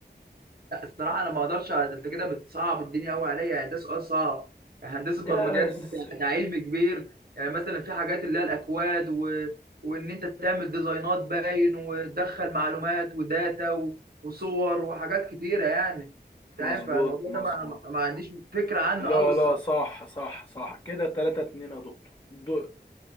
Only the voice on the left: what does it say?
ده
بس
مظبوط
مظبوط
لا
لا صح صح صح كده تلاتة اتنين يا دكتور دو...